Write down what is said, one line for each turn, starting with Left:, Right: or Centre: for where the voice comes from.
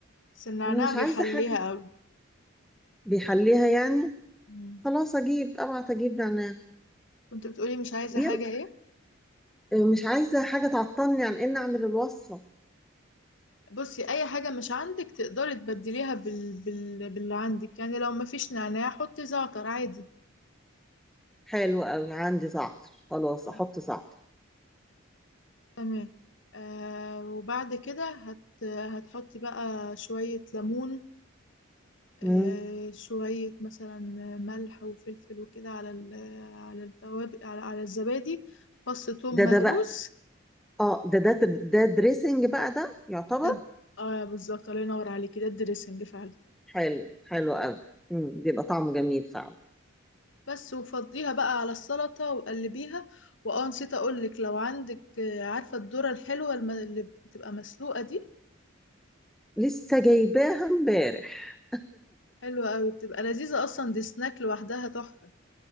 Left: بس النعناع
Centre: انا مش
Left: بيحليها
Centre: عايزه حاجه
Left: قوي
Centre: بيحليها يعني
Left: مم.
Centre: خلاص اجيب ابعت اجيب نعناع
Left: كنت بتقولي مش عايزة
Centre: طب ينفع
Left: حاجة ايه
Centre: مش عايزه حاجه تعطلني عن ان اعمل الوصفه
Left: بصي اي حاجه مش عندك تقدري تبدليها بال... بال... باللي عندك يعني لو ما فيش نعناع حطي زعتر عادي
Centre: حلو قوي عندي زعتر خلاص
Left: اه
Centre: احط زعتر
Left: تمام آه وبعد كده هت... هتحطي بقى شويه ليمون آه
Centre: مم.
Left: شويه مثلا ملح وفلفل وكده على ال... على التوابل على... على الزبادي فص ثوم
Centre: ده
Left: مهروس
Centre: ده بقى اه ده ده ده دريسنج بقى ده يعتبر
Left: ده د- اه بالظبط الله ينور عليكي ده الدريسنج فعلا
Centre: حلو حلو قوي مم. بيبقى طعمه جميل فعلا
Left: بس وفضيها بقى على السلطة وقلبيها واه نسيت اقولك لو عندك آه، عارفة الذرة الحلوة الم- اللي بتبقى مسلوقة دي
Centre: لسه جايباها امبارح
Left: حلوة قوي بتبقى لذيذة اصلا دي سناك لوحدها تحفة